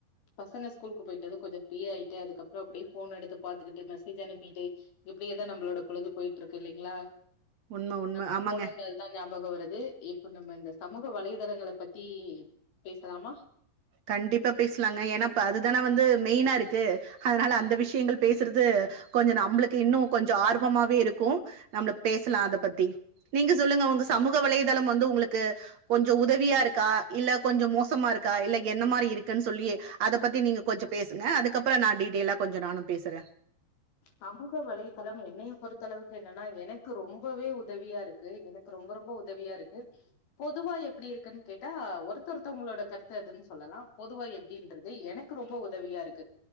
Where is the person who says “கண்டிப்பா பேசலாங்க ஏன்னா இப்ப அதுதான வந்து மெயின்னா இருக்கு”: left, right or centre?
Right